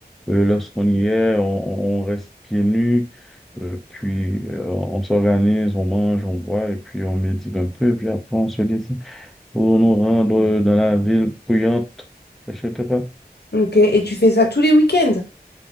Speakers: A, in the centre; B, on the left.
A: Euh, lorsqu'on y est, on, on reste pieds nus, euh, puis euh, on s'organise, on mange, on boit, et puis on médite un peu, puis après on se dit pour nous rendre dans la ville bruyante, etc.
B: Ok. Et tu fais ça tous les week-ends?